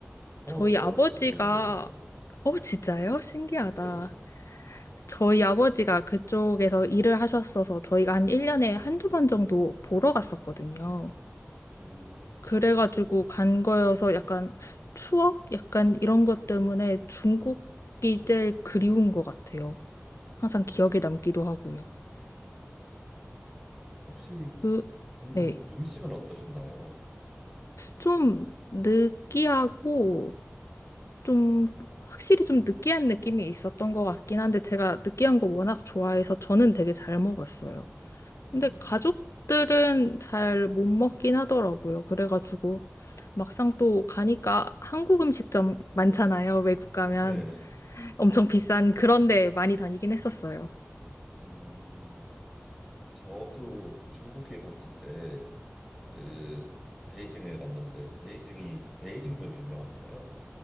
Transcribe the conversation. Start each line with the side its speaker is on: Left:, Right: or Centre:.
Centre: 어,
Left: 저희
Centre: 저도
Left: 아버지가
Centre: 어렸을 때 베이징 갔었는데.
Left: 어 진짜요? 신기하다.
Centre: 예.
Left: 저희 아버지가 그쪽에서 일을 하셨어서 저희가 한 1년에 한 두 번 정도 보러 갔었거든요.
Centre: 음,
Left: 그래가지고 간 거여서 약간 추억? 약간 이런 것 때문에 중국이 제일 그리운 것 같아요. 항상
Centre: 음,
Left: 기억에 남기도 하고요.
Centre: 혹시
Left: 그,
Centre: 중국
Left: 네.
Centre: 음식은 어떠셨나요?
Left: 좀 느끼하고 좀 확실히 좀 느끼한 느낌이 있었던 것 같긴 한데 제가 느끼한 거 워낙 좋아해서 저는 되게 잘 먹었어요.
Centre: 음.
Left: 근데 가족들은 잘 못 먹긴 하더라고요. 그래가지고 막상 또 가니까 한국 음식점 많잖아요. 외국 가면
Centre: 네.
Left: 엄청 비싼 그런 데 많이 다니긴 했었어요.
Centre: 음, 저도 중국에 갔을 때 그 베이징에 갔는데 베이징이 베이징 덕이 유명하잖아요.